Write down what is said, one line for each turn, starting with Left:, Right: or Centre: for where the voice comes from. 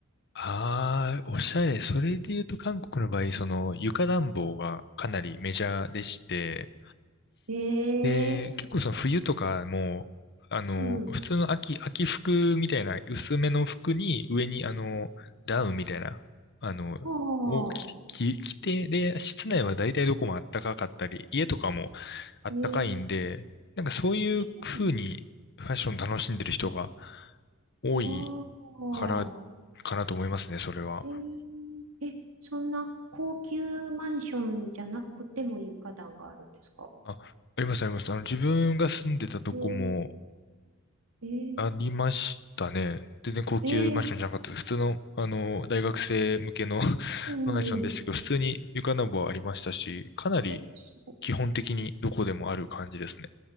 Left: ああ、おしゃれ。それで言うと韓国の場合、その床暖房がかなりメジャーでして、
Right: ええ
Left: で、結構その冬とかも、あの、
Right: うん。
Left: 普通の秋、秋服みたいな薄めの服に上にあの、ダウンみたいな、あの、
Right: ああ、
Left: を着、着着て、で、室内は大体どこも暖かかったり、家とかも暖かいんで、
Right: えー、
Left: なんかそういう風にファッション楽しんでる人が
Right: あ、そうな
Left: 多い
Right: の。
Left: から、
Right: あ
Left: かなと思いますね、それは。
Right: あ、えー、え、そんな高級マンションじゃなくても床暖があるんですか
Left: あ、ありますあります。あの、自分が住んでたとこも、
Right: えー、えー、
Left: ありましたね。全然高級マンションじゃなかったです。
Right: えー、
Left: 普通の、あの、大学生向けの <laughs>
Right: うん、
Left: マンションでしたけど、
Right: うん。
Left: 普通に床暖房はありましたし、かなり
Right: え、すご
Left: 基本的にどこでもある感じですね。